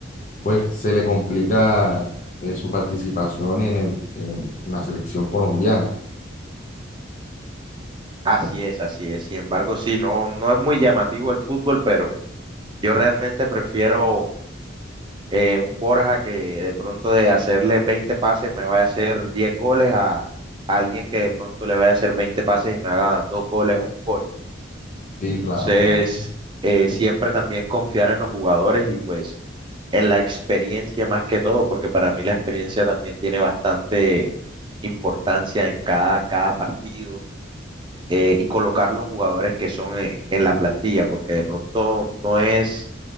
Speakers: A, on the left (about 40°); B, on the right (about 25°).
A: pues se le complica eh, su participación en el- en en la selección colombiana.
B: Así es, así es. Sin embargo, sí, no, no es muy llamativo el fútbol, pero Yo realmente prefiero eh, un Borja que de pronto de hacerle 20 pases me vaya a hacer 10 goles a, a alguien que de pronto le vaya a hacer 20 pases y me haga dos goles o un gol.
A: Sí, claro,
B: Entonces,
A: claro.
B: eh, siempre también confiar en los jugadores y pues en la experiencia más que todo, porque para mí la experiencia también tiene bastante importancia en cada, cada partido eh, y colocar los jugadores que son eh, en la plantilla, porque de pronto no es